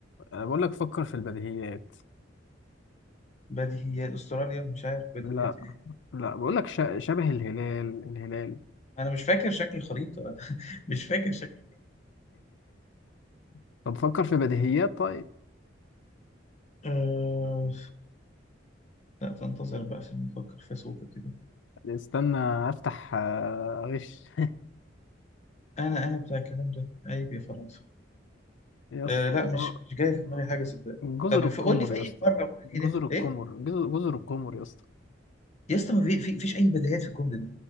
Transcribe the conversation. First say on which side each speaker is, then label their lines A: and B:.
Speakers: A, on the left; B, on the left.
A: أنا بقول لك فكر في البديهيات
B: بديهيات استراليا مش عارف بديهيات
A: لا
B: ايه
A: لا بقول لك ش... شبه الهلال الهلال
B: انا مش فاكر شكل الخريطه <laughs> مش فاكر شكل
A: <laughs> طب فكر في بديهيات طيب
B: أه... لا تنتظر بقى عشان نفكر في سوق كده
A: استنى أفتح آه، غش
B: انا انا بتاع الكلام ده عيب يا فرنسا
A: <laughs> يا اسطى
B: أه لا مش مش جاي في دماغي حاجه صدق
A: جزر
B: طب
A: القمر
B: ف- قول لي في
A: يا
B: اي
A: اسطى
B: قاره
A: جزر
B: في أي ناحية-
A: القمر
B: ايه
A: جزر جزر القمر يا اسطى
B: يا اسطى ما في في- فيش اي بديهيات في الجمله دي